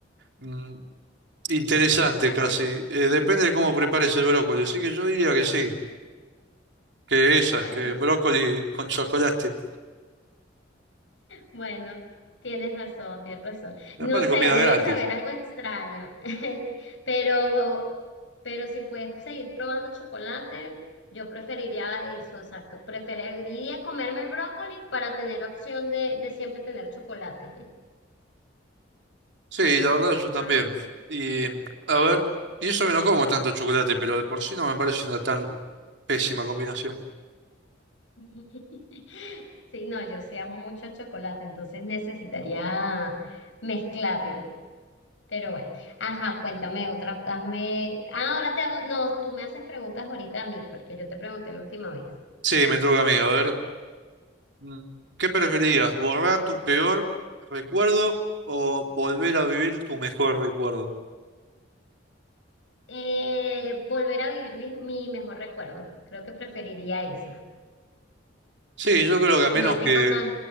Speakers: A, on the right; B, on the left.
A: mm, interesante
B: <laughs> Hacer,
A: casi. Eh, depende de cómo prepares el brócoli, así que yo diría que sí, que
B: bueno,
A: esa, que brócoli
B: sí.
A: con chocolate.
B: Bueno, tienes razón, tienes razón. No
A: La parte comida
B: sé, debes
A: gratis.
B: saber algo extraño, <laughs> pero, pero si puedes seguir probando chocolate, yo preferiría eso, exacto. Preferiría comerme el brócoli para tener opción de, de siempre tener chocolate.
A: Sí, la verdad yo
B: <laughs>
A: también.
B: Ah.
A: Y a ver, y eso que no como tanto chocolate, pero de por sí no me parece una tan pésima combinación.
B: <laughs> Sí, no, yo sí amo mucho el chocolate, entonces necesitaría mezclarlo. Pero bueno, ajá, cuéntame otra, hazme, ah, ahora te hago, no, tú me haces preguntas ahorita a mí, porque yo te pregunté la última vez.
A: Sí, me toca a mí. A ver, mm, ¿qué preferirías? ¿Borrar tu peor recuerdo o volver a vivir tu mejor recuerdo?
B: Eh, volver a vivir mi, mi mejor recuerdo, creo que preferiría esa.
A: Sí, yo creo que a menos
B: No tengo
A: que,
B: tan,